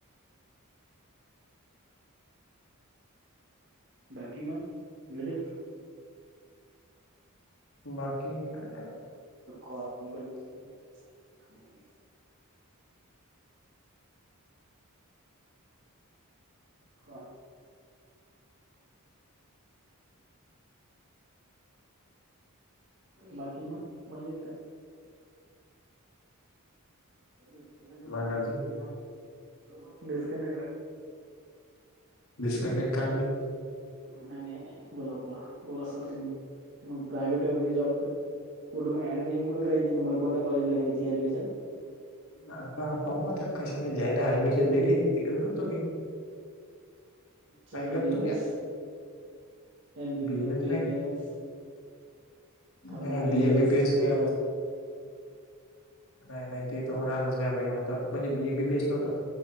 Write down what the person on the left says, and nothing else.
बाकी काय नाही बा.
मग अजून
डिस्कनेक्ट कायले.
आता पाहू आता कशाला ज्याने ऍडमिशन दिली तिकडे जातो मी
काही करतो
मी
आता.
BMS
हा B
M
B
एम एस नाही नाही ते तर होणारच नाही भाई आता म्हणजे बीएम बी बेटल होत